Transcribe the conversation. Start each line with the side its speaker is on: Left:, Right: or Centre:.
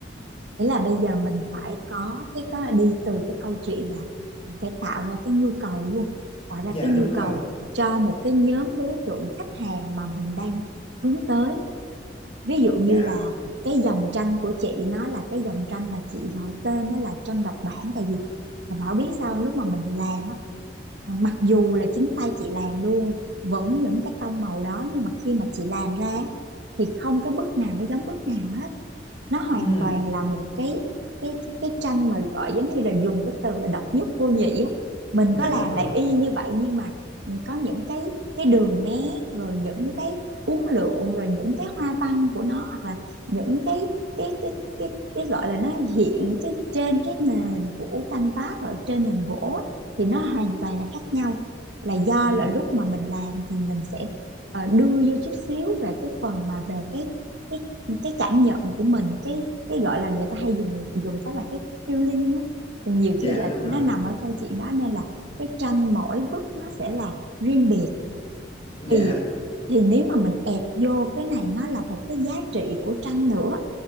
Right: nghĩa là bây giờ mình phải có cái có đi từ cái câu chuyện là mình phải tạo ra cái nhu cầu luôn tạo
Left: dạ
Right: ra cái
Left: đúng
Right: nhu
Left: rồi
Right: cầu cho một cái nhóm đối tượng khách hàng mà mình đang hướng tới ví dụ như
Left: dạ
Right: là cái dòng tranh của chị nó là cái dòng tranh mà chị gọi tên nó là tranh độc bản tại vì à, Bảo biết sao lúc mà mình làm á à, mặc dù là chính tay chị làm luôn vẫn những cái tông màu đó nhưng mà khi mà chị làm ra thì không cái bức nào nó giống bức nào hết nó hoàn
Left: ừ
Right: toàn là một cái cái cái cái tranh mà gọi giống như là dùng cái từ là độc nhất vô nhị á mình
Left: dạ
Right: có làm
Left: đúng rồi
Right: lại y như vậy nhưng mà ừ, có những cái cái đường nét rồi những cái uốn lượn rồi những cái hoa văn của nó hoặc là những cái cái cái cái cái gọi là nó hiện cái trên cái nền của canvas rồi trên nền gỗ á, thì nó hoàn toàn là khác nhau là do
Left: ừ
Right: là lúc mà mình làm thì mình sẽ ờ, đưa vô chút xíu về cái phần mà về cái cái cái cảm nhận của mình cái cái gọi là người ta hay dùng dùng cái là cái feeling á thì nhiều
Left: dạ
Right: khi là
Left: đúng rồi
Right: nó nằm ở câu chuyện đó nên là cái tranh mỗi bức nó sẽ là riêng biệt
Left: dạ
Right: thì thì nếu mà mình ép vô cái này nó là một cái giá trị của tranh nữa